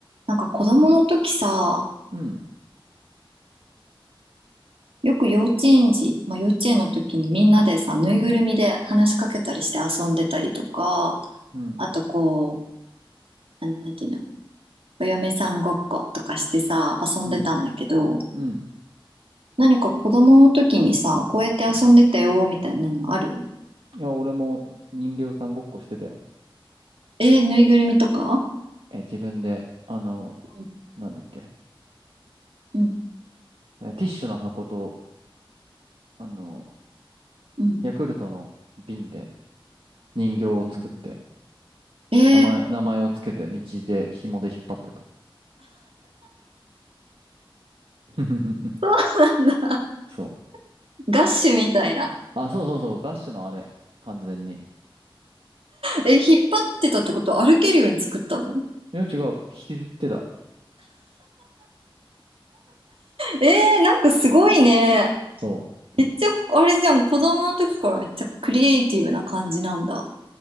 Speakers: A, on the right (about 85°); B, on the right (about 70°).
A: なんか子供の時さ、
B: うん、
A: よく幼稚園児、まあ幼稚園の時にみんなでさ、ぬいぐるみで話しかけたりして遊んでたりとか、
B: うん、
A: あとこう、あの、なんていうの、お嫁さんごっことかしてさ、遊んでたんだけど、
B: うん、うん、
A: 何か子供の時にさ、こうやって遊んでたよ、
B: うん。
A: みたいなのある
B: いや、俺も人形さんごっこしてたよ。
A: えーぬいぐるみとか
B: え、自分で、あの、
A: うん
B: なんだっけ、
A: うん
B: えティッシュの箱と、あの、
A: うん
B: ヤクルトの瓶で人形を作って、
A: うんえー、
B: 名前、名前をつけて、道で紐で引っ張ってた。<laughs>
A: そうなんだ。
B: そう。
A: <laughs> ガッシュみたいな。
B: あ、そうそうそう、ガッシュのあれ、完全に。
A: え、引っ張ってたってこと歩けるように作ったの
B: いや、違う、引きずってた。
A: えー、なんかすごいね。
B: そ
A: めっちゃ、あれじゃん、子供の時からめっちゃクリエイティブな感じなんだ。